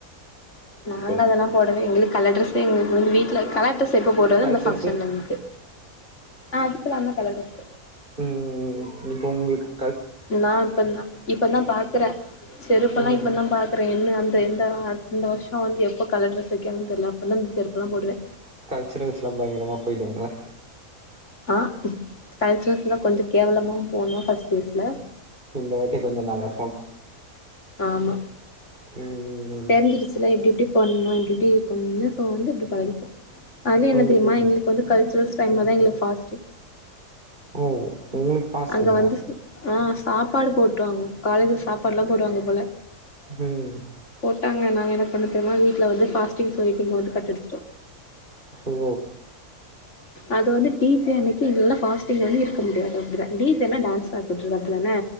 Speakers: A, on the left; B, on the right.
A: நாங்க
B: போயிடு
A: அதெல்லா போடுவே எங்களுக்கு கலர் ட்ரஸ் எங்களுக்கு வந்து வீட்ல கலர் டிரெஸ் எப்ப போட்டாலு
B: கல்ச்சர்ஸு
A: இந்த பங்க்ஷன் இருக்கு அ அதுக்கெல்லா என்னா கலர் டிரஸ்
B: ம் ம் ம் ம் நீ போனுன் இருக்கு
A: நா இப்பதா இப்பதா பாக்குறே செருப்பல்லா
B: ம்
A: இப்பதா பாக் அப்புறோ என்ன வந்து எந்த இந்த வர்ஷோ வந்து எப்போ கலர் டிரஸ் வெக்குறாங்கன் தெர்ல அப்பனா செருப்பலா போடுவே
B: கல்ச்சுரல்ஸ்லா பயங்கரமா போய்டுவீங்கள்ல
A: ஆ கல்ச்சுரல்ஸ்லா கொஞ்சோ கேவலமாவு போணோ ஃபஸ்ட் இயர்ஸ்ல
B: இந்த வாட்டி கொஞ்சோ நல்லா பண்
A: ஆமா
B: ம்
A: தெரிஞ்சுடுச்சுல எப்டி எப்டி பண்ணணு எப்டி எப்டி இருக்கணுனு சோ வந்து அப்டி பழகிப்போ அதுல என்ன
B: ம் ம்
A: தெரியுமா
B: ம்
A: எங்களுக்கு வந்து கல்ச்சுரல்ஸ் டைம்லதா எங்குளுக்கு பாஸ்டிங்
B: ஓ உங்களுக்கு ஃபாஸ்டிங்கா
A: அங்க வந்து ஆ சாப்பாடு போட்ருவாங்க காலேஜுல சாப்பாடுலா போடுவாங்க போல
B: ம்
A: போட்டாங்க நாங்க என்ன பண்ணோ தெரியுமா வீட்ல வந்து ஃபாஸ்ட்டிங் சொல்ட்டு இங்க வந்து கட்டடிச்சிட்டோ
B: ஓ
A: அது வந்து டீச்டே அன்னிக்கு எங்கலலா பாஸ்ட்டிங் வந்து இருக்க முடியாது அப்டிதா டீ ஜேனா டான்ஸ் ஆட்டுறது அப்டிதானே